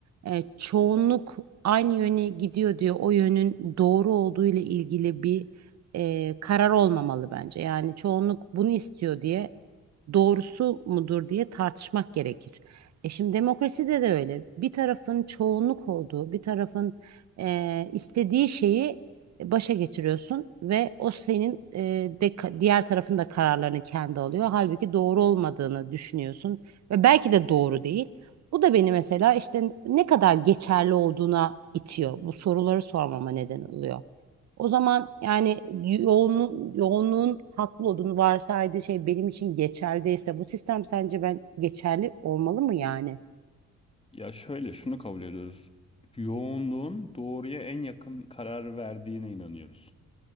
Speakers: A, on the right; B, on the left.
A: e, çoğunluk aynı yöne gidiyor diyor. O yönün doğru olduğu ile ilgili bir e, karar olmamalı bence. Yani çoğunluk bunu istiyor diye doğrusu mudur diye tartışmak gerekir. E şimdi demokraside de öyle. Bir tarafın çoğunluk olduğu, bir tarafın e, istediği şeyi başa getiriyorsun ve o senin e, de, diğer tarafın da kararlarını kendi alıyor. Halbuki doğru olmadığını düşünüyorsun ve belki de doğru değil. Bu da beni mesela işte ne kadar geçerli olduğuna itiyor. Bu soruları sormama neden oluyor. O zaman yani yoğunluğun, yoğunluğun haklı olduğunu varsaydığı şey benim için geçerliyse bu sistem sence ben geçerli olmalı mı yani?
B: Ya şöyle şunu kabul ediyoruz. Yoğunluğun doğruya en yakın karar verdiğine inanıyoruz.